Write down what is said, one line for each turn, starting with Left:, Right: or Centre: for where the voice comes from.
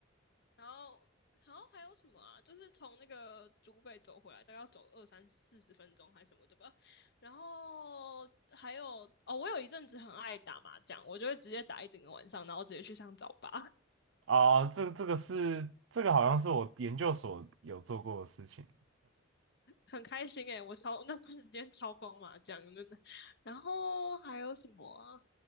Left: 然后然后还有什么啊？就是从那个竹北走回来，大概要走二三四十分钟还是什么的吧。然后还有哦，我有一阵子很爱打麻将，我就会直接打一整个晚上，然后直接去上早八。
Right: <laughs>，啊，这这个是这个好像是我研究所有做过的事情，
Left: 很开心诶，我超 <laughs> 那段时间超疯嘛，讲真的。然后还有什么啊？